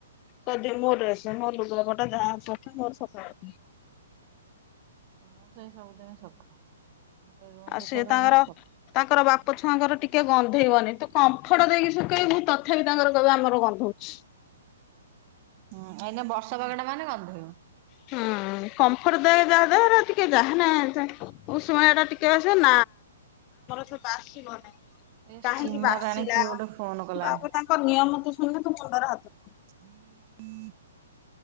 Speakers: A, on the left (about 35°); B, on the right (about 40°).
A: କଦି ମୋ ଡ୍ରେସ୍ ମୋର ଲୁଗାପଟା ଯା ଅଛି ମୋର ସଫା ଅଛି।
B: ମୁଁ ସେଇ ସବୁଦିନ ସଫା ମୁଁ ସେ ରୁମ
A: ଆଉ
B: ଭିତରେ
A: ସିଏ
B: ରହିଲେ
A: ତାଙ୍କର
B: ବି ସଫା।
A: ତାଙ୍କର ବାପ ଛୁଆଙ୍କର ଟିକେ ଗନ୍ଧେଇବନି। ତୁ କମ୍ଫର୍ଟ ଦେଇକି ଶଖେଇବୁ ତଥାପି ତାଙ୍କର କହିବେ ଆମର ଗନ୍ଧଉଛି।
B: ହୁଁ, ଏଇନେ ବର୍ଷା ପାଗଟା ମାନେ ଗନ୍ଧୋଇବ।
A: ହୁଁ। କମ୍ଫର୍ଟ ଦୋ ଯାହା ଦେ ଟିକେ ଯାହା ନେ <unintelligible> ନା ଆମର ସେ ବାସିବ ନାହିଁ।
B: ଏ
A: କାହିଁକି
B: ସୀମାରାଣୀ
A: ବାସିଲା?
B: କିଏ ଗୋଟେ ଫୋନ କଲାଣି।
A: ବାବୁ ତାଙ୍କ ନିୟମ ତୁ ଶୁଣିଲେ ତୁ ମୁଣ୍ଡରେ ହାତ
B: ହୁଁ